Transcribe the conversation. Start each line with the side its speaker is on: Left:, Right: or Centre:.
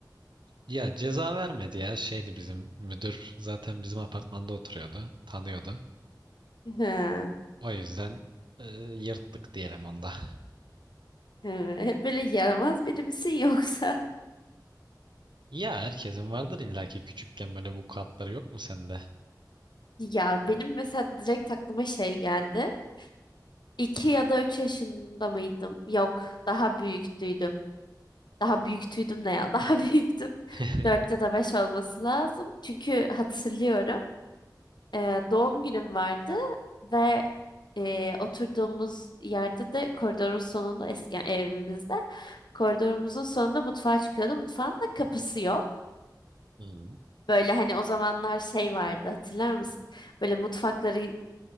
Right: Ya ceza vermedi ya. Şeydi bizim müdür zaten bizim apartmanda oturuyordu. Tanıyordu.
Left: Ha,
Right: O yüzden e, yırttık diyelim onda.
Left: evet. Hep böyle yaramaz biri misin yoksa? <laughs>
Right: Ya herkesin vardır illaki küçükken böyle vukuatları yok mu sende?
Left: Ya benim mesela direkt aklıma şey geldi. İki ya da üç yaşında mıydım? Yok, daha büyüktüydüm. Daha büyüktüydüm ne ya? <laughs> Daha büyüktüm.
Right: <laughs>
Left: Dört ya da beş olması lazım. Çünkü hatırlıyorum. e, doğum günüm vardı ve e, oturduğumuz yerde de koridorun sonunda eski yani evimizde koridorumuzun sonunda mutfağa çıkıyordu. Mutfağın da kapısı yok.
Right: Hmm.
Left: Böyle hani o zamanlar şey vardı hatırlar mısın? Böyle mutfakların